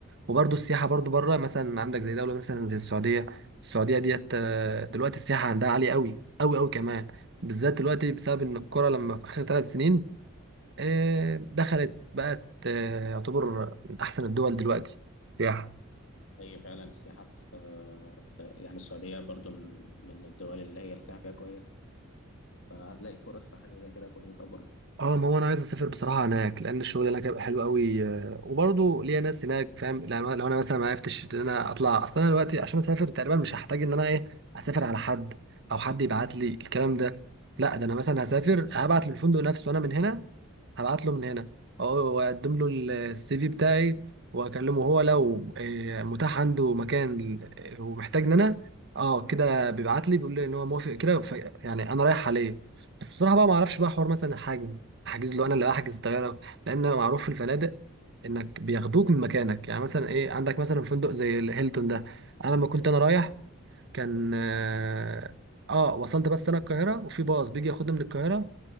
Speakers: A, on the right; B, on the left.
A: وبرضه السياحة برضه بره مثلا عندك زي دولة مثلا زي السعودية السعودية ديت آه، دلوقتي السياحة عندها عالية قوي قوي قوي كمان بالذات دلوقتي بسبب إن الكرة لما في آخر ثلاث سنين آه، دخلت بقت آه، يعتبر من أحسن الدول دلوقتي في السياحة
B: هي فعلا السياحة في, آه، في يعني السعودية برضو من من الدول اللي هي السياحة فيها كويسة فهتلاقي فرص في حاجة زي كده كويسة برضو
A: اه ما هو انا عايز اسافر بصراحه هناك لان الشغل هناك هيبقى حلو قوي آه، وبرضه ليا ناس هناك فاهم لا- لو انا مثلا ما عرفتش ان انا اطلع اصلا انا دلوقتي عشان اسافر تقريبا مش هحتاج ان انا ايه اسافر على حد او حد يبعت لي الكلام ده لا ده انا مثلا هسافر هبعت للفندق نفسه وانا من هنا هبعت له من هنا اه واقدم له ال- السي في بتاعي واكلمه هو لو آه، متاح عنده مكان آه، ومحتاجني انا اه كده بيبعت لي بيقول لي ان هو موافق كده ف... يعني انا رايح عليه بس بصراحه بقى ما اعرفش بقى حوار مثلا الحجز احجز له انا اللي احجز الطياره لان معروف في الفنادق انك بياخدوك من مكانك يعني مثلا ايه عندك مثلا فندق زي الهيلتون ده انا لما كنت انا رايح كان اه آه، وصلت بس انا القاهره وفي باص بيجي ياخدني من القاهره